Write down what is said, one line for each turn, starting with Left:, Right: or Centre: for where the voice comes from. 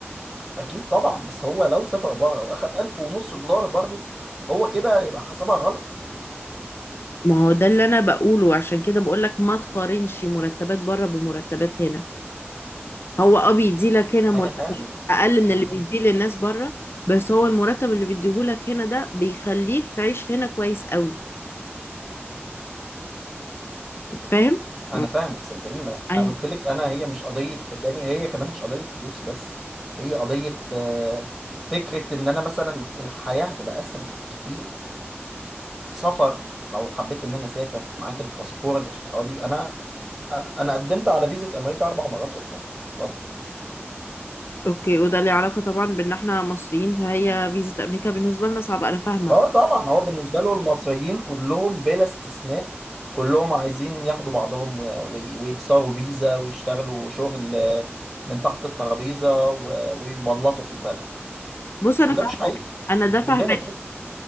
Right: اكيد طبعا بس هو لو سافر بره واخد الف ونص دولار برضه هو كده يبقى حسبها غلط
Left: ما هو ده اللي انا بقوله عشان كده بقولك ما تقارنش مرتبات بره بمرتبات هنا هو اه بيدي لك هنا مرتب
Right: انا فاهمك
Left: اقل من
Right: انا
Left: اللي
Right: فاهمك
Left: بيديه للناس بره بس هو المرتب اللي بيديهولك هنا ده بيخليك تعيش هنا كويس قوي انت فاهم
Right: انا
Left: مم.
Right: فاهمك صدقيني ما
Left: ايوه
Right: انا قلت لك انا هي مش قضيه صدقني هي كمان مش قضيه فلوس بس هي قضيه آه، فكره ان انا مثلا الحياه هتبقى اسهل كتير سفر لو حبيت ان انا اسافر معاك الباسبور الاسترالي انا انا قدمت على فيزا امريكا اربع مرات واترفضت
Left: اوكي وده ليه علاقه طبعا بان احنا مصريين فهي فيزا امريكا بالنسبه لنا صعبه انا فاهمه
Right: اه طبعا هو بالنسبه له المصريين كلهم بلا استثناء كلهم عايزين ياخدوا بعضهم و- وي- ويكسروا فيزا ويشتغلوا شغل آه، من تحت الترابيزه و- ويبلطوا في البلد
Left: بص انا
Right: وده
Left: فاهمه
Right: مش حقيقي
Left: انا
Right: مش
Left: ده فاهمه
Right: كلنا كده